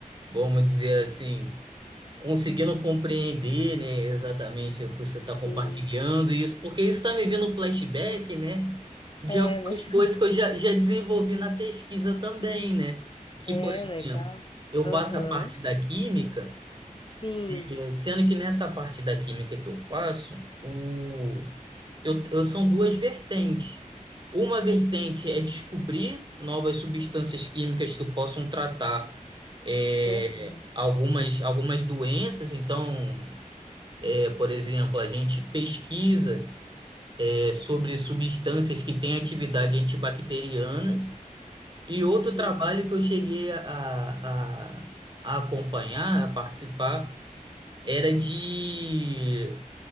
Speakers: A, on the right; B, on the left.
A: vamos dizer assim, conseguindo compreender, né, exatamente o que você está compartilhando
B: Sim.
A: e isso, porque isso está me vindo um flashback, né, de
B: É,
A: algumas
B: verdade.
A: coisas que eu já, já desenvolvi na pesquisa também, né?
B: <laughs>
A: Que,
B: é
A: por exemplo,
B: legal.
A: eu
B: Aham.
A: faço a parte da química.
B: Sim.
A: É, Sendo que nessa parte da química que eu faço, o... eu, eu- são duas vertentes. Uma vertente é descobrir novas substâncias químicas que possam tratar é,
B: Aham.
A: algumas, algumas doenças. Então, é, por exemplo, a gente pesquisa é, sobre substâncias que têm atividade antibacteriana. E outro
B: Sim.
A: trabalho que eu cheguei a, a a acompanhar, a participar, era de